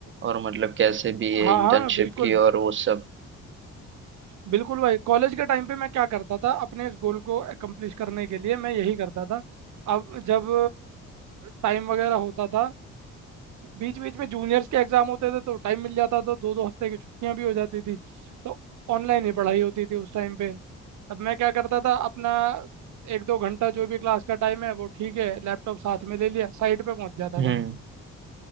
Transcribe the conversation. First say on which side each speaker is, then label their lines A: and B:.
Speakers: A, on the right (about 40°); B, on the right (about 70°).
A: और मतलब कैसे भी है
B: हाँ
A: इंटर्नशिप
B: हाँ बिल्कुल
A: की और वो सब
B: बिल्कुल भाई कॉलेज के टाइम पे मैं क्या करता था अपने इस गोल को अकम्प्लिश करने के लिए मैं यही करता था अब जब टाइम वगैरह होता था बीच बीच में जूनियर्स के एग्जाम होते थे तो टाइम मिल जाता था दो दो हफ्ते की छुट्टियां भी हो जाती थी तो ऑनलाइन ही पढ़ाई होती थी उस टाइम पे तब मैं क्या करता था अपना एक दो घंटा जो भी क्लास का टाइम है वो ठीक है लैपटॉप साथ में ले लिया साइट पे पहुंच जाता
A: हम्म
B: था मैं